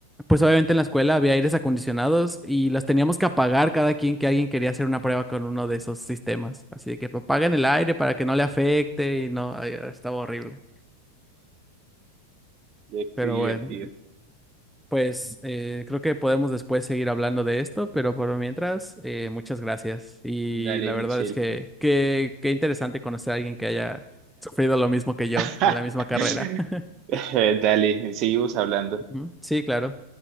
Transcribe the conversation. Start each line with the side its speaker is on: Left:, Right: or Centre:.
Centre: pues obviamente en la escuela había aires acondicionados y los teníamos que apagar cada quien que alguien quería hacer una prueba con uno de esos sistemas. Así de que apaguen
Right: Uy,
Centre: el aire para que no le afecte y no, ay, estaba horrible.
Right: ya,
Centre: Pero
Right: qué divertido.
Centre: bueno. Pues eh, creo que podemos después seguir hablando de esto, pero por mientras, eh, muchas gracias. Y
Right: Dale,
Centre: la
Right: Michelle.
Centre: verdad es que qué, qué interesante conocer a alguien que haya sufrido lo mismo que yo
Right: <laughs>
Centre: en la misma carrera. <laughs>
Right: Dale, seguimos hablando.
Centre: Ujú. Sí, claro.